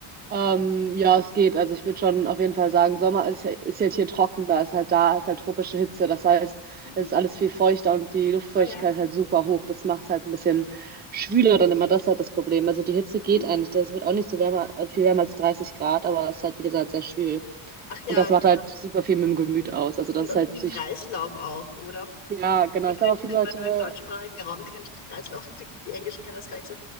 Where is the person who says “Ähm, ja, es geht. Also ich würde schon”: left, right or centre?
Right